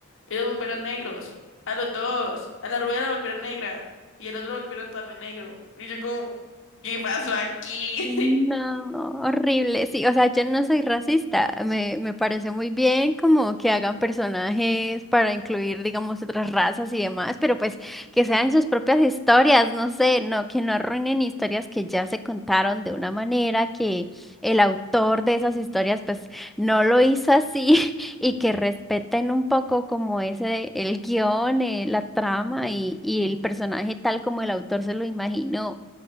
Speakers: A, on the left; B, in the centre.
A: Y los volvieron negros, a los dos, a la rubia la volvieron negra, y el otro lo volvieron también negro. Y yo como, ¿qué pasó aquí?
B: No, horrible, sí, o sea, yo no soy racista, me, me parece muy bien como que hagan personajes para incluir, digamos, otras razas y demás, pero pues que sean sus propias historias, no sé, no, que no arruinen historias que ya se contaron de una manera que el autor de esas historias pues no lo hizo así <laughs> y que respeten un poco como ese, el guión, eh, la trama y, y el personaje tal como el autor se lo imaginó.